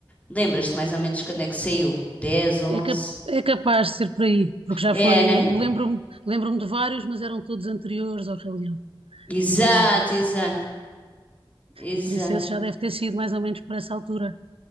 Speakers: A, on the left; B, on the right.
A: Lembras-te mais ou menos quando é que saiu? 10, 11.
B: É, cap- é capaz de ser por aí, porque já
A: É,
B: foi.
A: né?
B: Lembro-me lembro-me de vários, mas eram todos anteriores ao Rei Leão.
A: Exato,
B: E por isso.
A: exato, exato.
B: E por isso esse já deve ter sido mais ou menos por essa altura.